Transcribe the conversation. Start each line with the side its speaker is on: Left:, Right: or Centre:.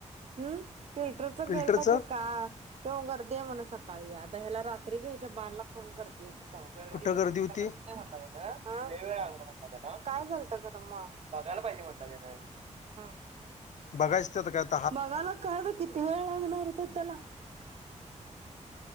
Right: हम्म फिल्टरच
Left: फिल्टरचं
Right: गेलता की का तेन गर्दी आहे म्हण सकाळी आता ह्याला रात्रीच याच्या बाडला फोन करते. <unintelligible> नाही
Left: कुठं गर्दी होती
Right: म्हटल तेन लय वेळ लागलं म्हंटला काय झालतं खर म बघायला पाहिजे म्हटलं तेन हा
Left: बघायच त्यात <unintelligible>
Right: बघायला काय आता किती वेळ लागणार होत त्याला